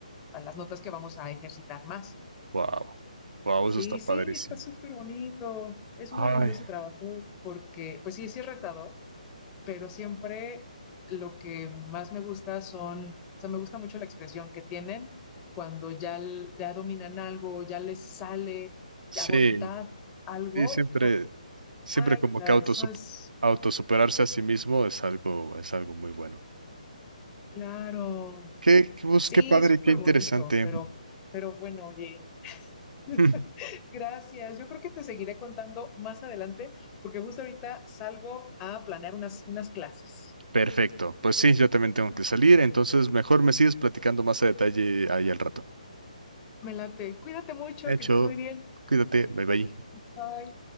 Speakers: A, on the left; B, on the right.
A: a las notas que vamos a ejercitar más.
B: Wow. Wow,
A: Sí,
B: eso está padrísimo.
A: sí, está súper bonito. Es
B: Ay.
A: muy lindo ese trabajo porque, pues sí, sí es retador, pero siempre lo que más me gusta son, o sea, me gusta mucho la expresión que tienen cuando ya, ya dominan algo, ya les sale
B: Sí,
A: a voluntad algo.
B: sí, siempre. Siempre
A: Ay,
B: como
A: o sea,
B: que autosup-
A: eso es
B: autosuperarse a sí mismo es algo, es algo muy bueno.
A: claro.
B: Qué, qué, bus-
A: Sí,
B: qué padre,
A: es súper
B: qué interesante.
A: bonito, pero, pero bueno, oye, <laughs>
B: Mm,
A: gracias. Yo creo que te seguiré contando más adelante, porque justo ahorita salgo a planear unas, unas clases.
B: Perfecto. Pues sí, yo también tengo que salir, entonces mejor me sigues platicando más a detalle ahí al rato.
A: Me late. Cuídate mucho,
B: Hecho,
A: que estés muy bien.
B: cuídate, bye bye.
A: Bye.